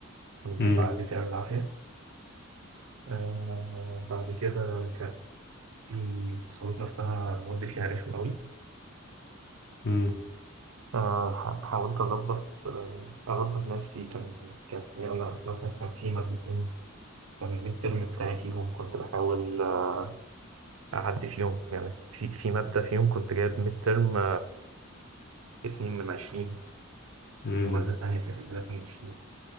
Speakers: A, on the right; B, on the left.
A: كنت
B: مم.
A: بعدي فيها بالعافية آه بعد كده في الصعود نفسها مودي فيها رخم أوي
B: مم.
A: آه، ح- حاولت أظبط آه، أظبط نفسي كان كان يعني أنا مثلا كان في مادتين كان الميد ترم بتاعي فيهم كنت بحاول آه، أعدي فيهم يعني في في مادة فيهم كنت جايب ميد ترم اتنين من عشرين
B: مم.
A: ومادة تانية كانت تلاتة من عشرين